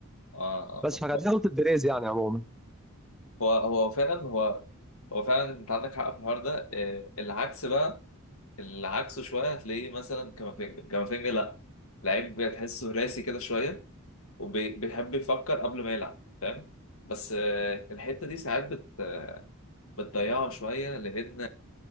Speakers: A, on the left; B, in the centre.
A: اه آه،
B: بس فكانت
A: آه.
B: دي غلطه بيريز يعني عموما
A: هو هو فعلا هو هو فعلا انت عندك حق في الحوار ده آه العكس بقى العكس شويه هتلاقيه مثلا كامافينجا كامافينجا لا لعيب تحسه راسي كده شويه وبيحب يفكر قبل ما يلعب فاهم بس آه الحته دي ساعات بت بتضيعه شوية لأن